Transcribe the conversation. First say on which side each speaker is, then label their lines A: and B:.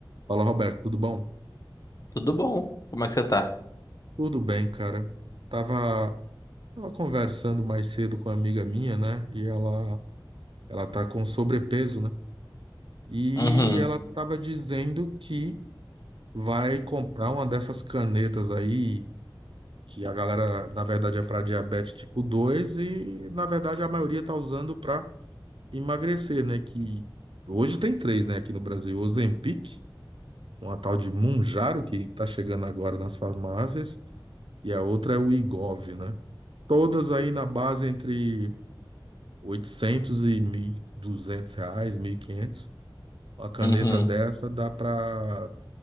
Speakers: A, on the right (about 75°); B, on the left (about 45°).
A: Fala, Roberto, tudo bom?
B: Tudo bom? Como é que você tá?
A: Tudo bem, cara. Tava, tava conversando mais cedo com uma amiga minha, né? E ela, ela tá com sobrepeso, né? E
B: Uhum,
A: ela tava dizendo que vai comprar uma dessas canetas aí, que a galera, na verdade, é para diabetes tipo 2 e, na verdade, a maioria tá usando para emagrecer, né? Que hoje tem três, né, aqui no Brasil, Ozempic, uma tal de Mounjaro que tá chegando agora nas farmácias, e a outra é o Wegovy, né? Todas aí na base entre 800 e 1.200 reais, mil e quinhentos A caneta
B: uhum,
A: dessa dá para